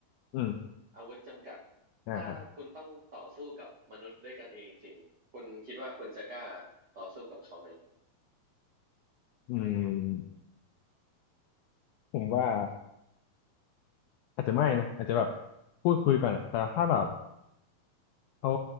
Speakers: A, on the left; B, on the right.
A: อืม
B: อาวุธจำกัด
A: อ่าครับ
B: ถ้าคุณต้องต่อสู้กับมนุษย์ด้วยกันเองจริงๆคุณคิดว่าคุณจะกล้าต่อสู้กับเขาไหม
A: อืมผมว่าอาจจะไม่นะอาจจะแบบพูดคุยก่อนอะแต่ถ้าแบบเขา